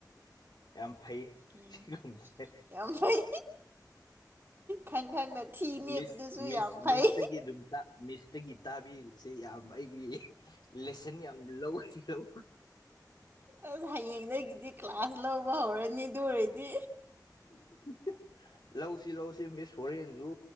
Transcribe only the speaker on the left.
ꯌꯥꯝ ꯐꯩ
ꯁꯤꯒꯨꯝꯕꯁꯦ
ꯃꯤꯁ ꯃꯤꯁ
ꯃꯤꯁꯇꯒꯤ ꯑꯗꯨꯝ ꯃꯤꯁꯇꯒꯤ ꯇꯥꯕꯤꯔꯤꯁꯤ ꯌꯥꯝ ꯑꯩꯒꯤ ꯂꯦꯁꯟ ꯌꯥꯝ ꯂꯧ ꯂꯧ
<unintelligible> ꯂꯧꯁꯤ ꯂꯧꯁꯤ ꯃꯤꯁ ꯍꯣꯔꯦꯟꯖꯨ